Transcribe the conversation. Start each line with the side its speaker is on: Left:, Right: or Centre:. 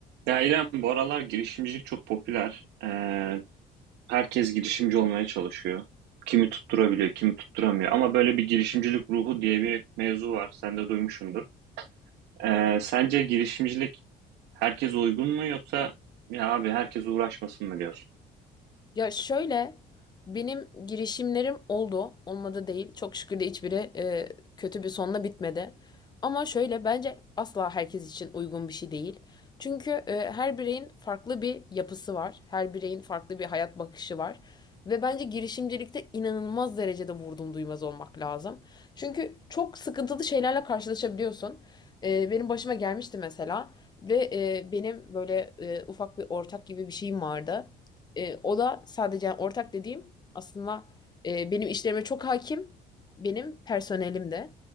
Right: Ya İrem, bu aralar girişimcilik çok popüler. Ee, herkes girişimci olmaya çalışıyor. Kimi tutturabiliyor, kimi tutturamıyor. Ama böyle bir girişimcilik ruhu diye bir mevzu var. Sen de duymuşsundur. Ee, sence girişimcilik herkes uygun mu yoksa ya abi herkes uğraşmasın mı diyorsun?
Left: Ya şöyle benim girişimlerim oldu. Olmadı değil. Çok şükür de hiçbiri e, kötü bir sonla bitmedi. Ama şöyle bence asla herkes için uygun bir şey değil. Çünkü e, her bireyin farklı bir yapısı var. Her bireyin farklı bir hayat bakışı var. Ve bence girişimcilikte inanılmaz derecede vurdum duymaz olmak lazım. Çünkü çok sıkıntılı şeylerle karşılaşabiliyorsun. E, benim başıma gelmişti mesela. Ve e, benim böyle e, ufak bir ortak gibi bir şeyim vardı. E, o da sadece yani ortak dediğim aslında e, benim işlerime çok hakim, benim personelim de